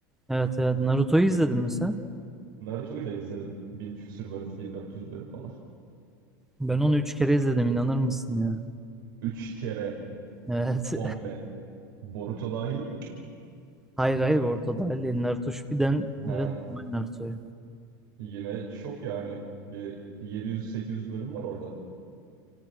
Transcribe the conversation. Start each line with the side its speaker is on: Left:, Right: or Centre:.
Centre: Evet evet, Naruto'yu izledin mi sen?
Right: Naruto'yu da izledim. Bin küsür bölüm, 1400 bölüm falan.
Centre: Ben onu üç kere izledim, inanır mısın ya?
Right: Üç kere
Centre: Evet.
Right: komple. Boruto dahil mi?
Centre: <laughs> Hayır hayır, ortada değil. Naruto Shippuden
Right: Ha.
Centre: ve normal Naruto'yu.
Right: Yine çok yani. Bir 700-800 bölüm var orada.